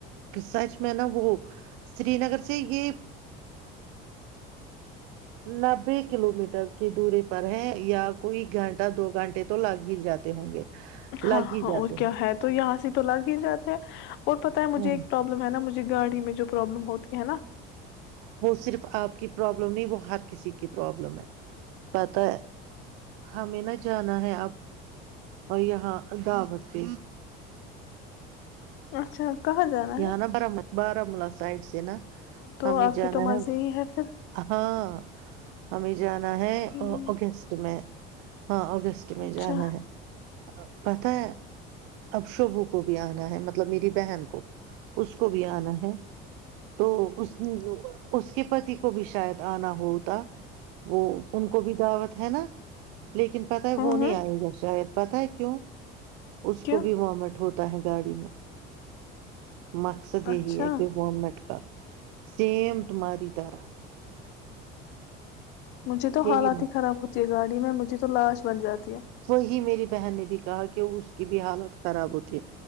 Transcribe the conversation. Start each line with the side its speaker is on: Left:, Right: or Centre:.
Right: سچ میں نا وہ سری نگر سے یہ نبے کلو میٹر کی دوری پر ہے یا کوئی گھنٹہ دو گھنٹے تو لگ ہی جاتے ہوں گے
Left: ہاں
Right: لگ
Left: ہاں
Right: ہی جاتے
Left: اور
Right: ہیں
Left: کیا ہے تو یہاں سے تو لگ ہی جاتے ہیں اور پتتا ہےجھے
Right: ہ
Left: ایک پرابلم ہے نا مھے گاڑی میں جو پروابلم ہوتی ہے نا
Right: وہ صرف آپ کی پرابلم نہیں وہ ہر کسی کی پرابلم ہے پتہ ہے ہمیں نہ جانا ہے آپ یہاں دعوت پہ
Left: اچھا کہاں جانا
Right: یہاں
Left: ہے
Right: نا بار بارامولہ سائڈ سے نا
Left: تو
Right: ہمیں
Left: آپ
Right: جانا
Left: کے تو مزے
Right: ہے
Left: ہی پھر
Right: ہاں ہمیں جانا ہے
Left: ہوں،
Right: اگینسٹ میں ہاں اگست میں
Left: اچھا
Right: جانا ہے پت ہے اب شبو کو بھی آنا ہے مطلب میری بہن کو اس کو بھی آنا ہے تو اس نے جو اس کے پتی کو بھی شاید آنا ہوتا وہ ان کو بھی دعوت ہے نا لیکن پتہ ہے
Left: ہاں
Right: وہ نہیں آئےیں گا شاید پت ہے کیوں اس
Left: کیوں
Right: کو بھی وہ مٹ ہوتا ہوتا ہے گاڑی میں مقصد یہی
Left: اچھا
Right: ہے کہ و مٹ کا سیم تمہاری طرح
Left: مجھے تو
Right: یہی
Left: حالات
Right: میں
Left: ہی خراب ہوتی یہ گاڑی میں مجے تو لاش بن جاتی ہے
Right: وہی میری بہن نے بھی کہا کہ اس کی بھی حالت خراب ہوتی ہے